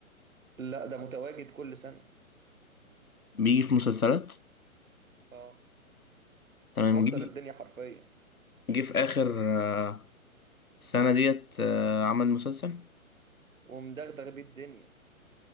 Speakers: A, on the right; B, on the left.
A: لا ده متواجد كل سنه
B: بيجي في مسلسلات
A: اه
B: تمام
A: مكسر
B: جه
A: الدنيا حرفيا
B: جه في آخر آه، سنة ديت آه، عمل مسلسل
A: ومدغدغ بيه الدنيا